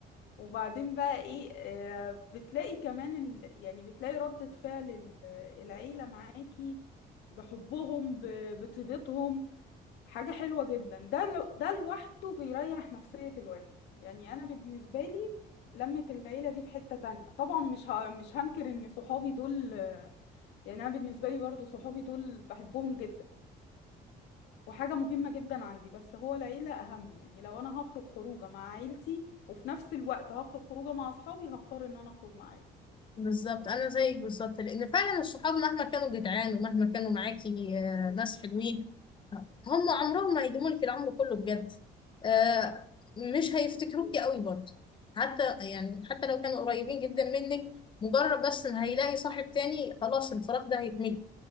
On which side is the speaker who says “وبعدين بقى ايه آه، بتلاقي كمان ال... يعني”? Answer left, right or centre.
Left